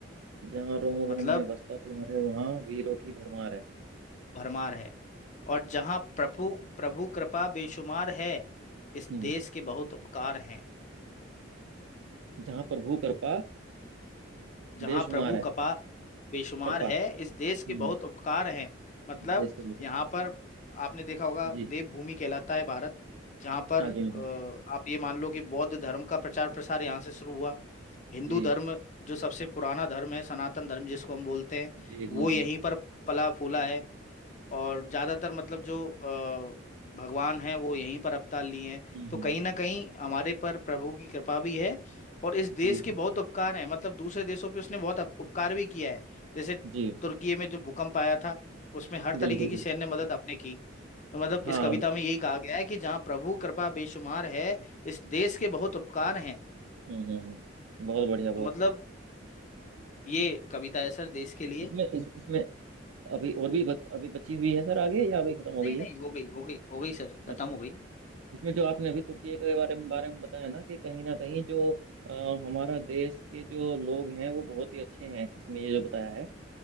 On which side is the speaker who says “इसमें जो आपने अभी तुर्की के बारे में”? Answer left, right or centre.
Right